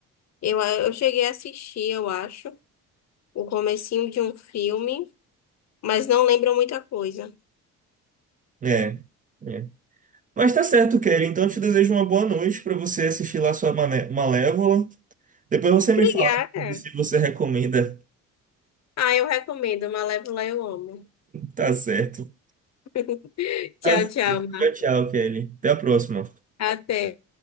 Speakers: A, on the left; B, on the right.
A: eu, eu cheguei a assistir, eu acho. o comecinho de um filme, mas não lembro muita coisa.
B: É, é. Mas tá certo, Kelly. Então eu te desejo uma boa noite pra você assistir lá sua Mané- Malévola. Depois você me
A: Obrigada.
B: fala e se você recomenda.
A: Ah, eu recomendo. Malévola eu amo.
B: Tá certo.
A: <laughs>
B: Tá
A: Tchau,
B: certo.
A: tchau. Mar.
B: Tchau, tchau, Kelly. Até a próxima.
A: Até.